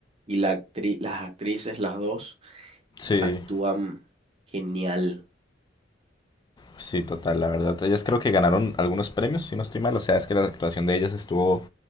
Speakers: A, on the right (about 35°); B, on the left (about 25°).
A: y la actri- las actrices, las dos,
B: Sí,
A: actúan genial.
B: sí, total, la verdad. Ellas creo que ganaron algunos premios, si no estoy mal. O sea, es que la actuación de ellas estuvo,